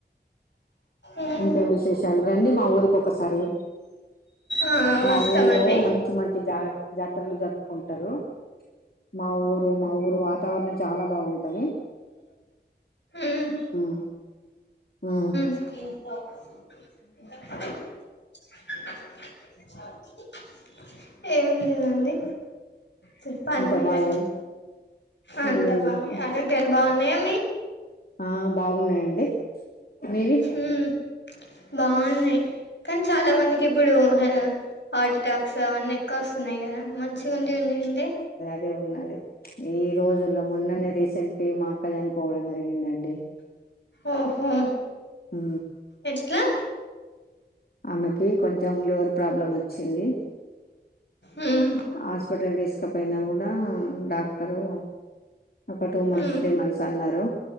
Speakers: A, on the left (about 80°); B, on the left (about 55°).
A: ఉమ్
B: ఇంకేం విశేషాలు రండి ఇంకొకసారి
A: ఆ వస్తామండి
B: మా ఊర్లో మంచి మంచి జాగ్రత్త జాతరలు జరుపుకుంటారు మా ఊరు మా ఊరు వాతావరణం చాలా బాగుంటది
A: ఉమ్
B: ఆ ఆ
A: ఇకా <unintelligible> ఏం లేదండి చెప్పని
B: అంత
A: మీదే
B: బాగేనా
A: అంతే
B: ఏం చెప్పు
A: బాగా అలాగలు బాగున్నాయి
B: ఆ బాగున్నాయంండి మీవి
A: ఉమ్ బాగున్నాయి కానీ చాలా మందికి ఇప్పుడు హార్ట్ అటాక్స్ అవన్నీ ఎక్కువ వస్తు వస్తున్నాయి కదా మంచిగా ఉండి ఉండడి
B: అ ఉన్నది ఈ రోజుల్లో మొన్ననే రీసెంట్ క మా అక్క జని పోడం జరిగిందండి
A: ఓహో
B: అ
A: ఎట్లా
B: ఆమెకి కొంచెం లివర్ ప్రాబ్లం వచ్చింది
A: ఉమా
B: హాస్పిటల్ తీసుకపోయినా కూడా డాక్టరు ఒక టూ మంత్స్
A: ఉమ్
B: త్రీ మంత్స్ అన్నారు